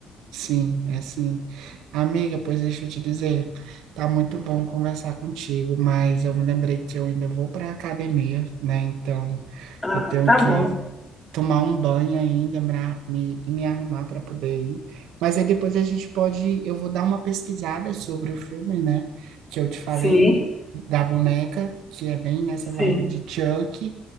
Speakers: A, on the right; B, on the left.
A: Sim, é assim. Amiga, pois deixa eu te dizer, tá muito bom conversar contigo, mas eu me lembrei que eu ainda vou para a academia, né? Então
B: Ah,
A: eu tenho
B: tá
A: que
B: bom.
A: tomar um banho ainda, me, me- e me arrumar para poder ir. Mas aí depois a gente pode, eu vou dar uma pesquisada sobre o filme, né? Que eu te falei
B: Sim,
A: da boneca, que é bem nessa
B: sim.
A: vibe de Chuck.